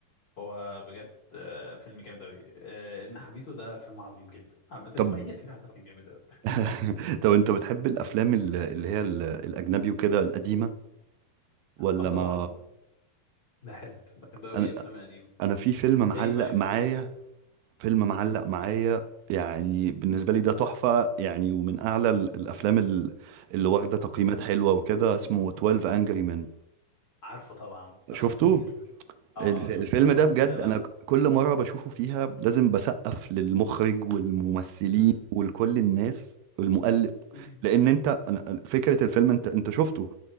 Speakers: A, on the left; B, on the right.
A: هو بجد آه، فيلم جامد أوي آه، ابن حميدو ده فيلم عظيم جدا عامة
B: طب
A: إسماعيل ياسين عامة جامد أوي
B: <laughs> طب انت بتحب الافلام ال- اللي هي ال- الاجنبي وكده القديمة ولا
A: اه طبعا
B: ما
A: بحب بحب أوي
B: انا
A: الأفلام القديمة
B: انا في فيلم
A: انت
B: معلق
A: ايه طيب فيلم
B: معايا
A: قديم
B: فيلم معلق
A: امم
B: معايا يعني بالنسبة لي ده تحفة يعني ومن أعلى ال- الأفلام ال- اللي واخدة تقييمات
A: أمم.
B: حلوة وكده اسمه 12 Angry Men
A: عارفه طبعا ده
B: شفته؟
A: خطير اه
B: الف-
A: شفت
B: الفيلم
A: طبعا
B: ده بجد
A: لا لا
B: أنا ك- كل مرة بشوفه فيها لازم بسقف للمخرج والممثلين
A: مم.
B: ولكل الناس والمؤلف
A: مم.
B: لأن أنت أنا- فكرة الفيلم أنت أنت شفته